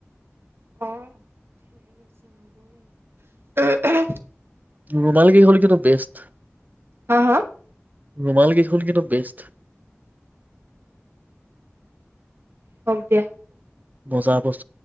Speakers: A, on the right (about 55°); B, on the right (about 35°).
A: আহ
B: ৰুমাল কিখন কিন্তু বেষ্ট
A: হা হা
B: ৰুমালকেইখন কিন্তু বেষ্ট
A: হক দিয়া
B: মজা বস্ত